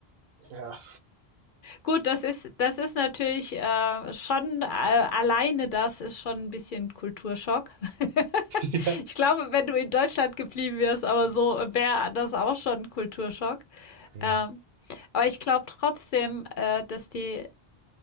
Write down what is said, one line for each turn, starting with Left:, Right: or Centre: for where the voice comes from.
Right: ja,
Left: Gut, das ist das ist natürlich, äh, schon äh, alleine das ist schon ein bisschen Kulturschock. <laughs>
Right: <laughs> ja.
Left: Ich glaube, wenn du in Deutschland geblieben wärst, aber so wäre das auch schon 'n Kulturschock.
Right: Hm.
Left: Ähm, aber ich glaube trotzdem, äh, dass die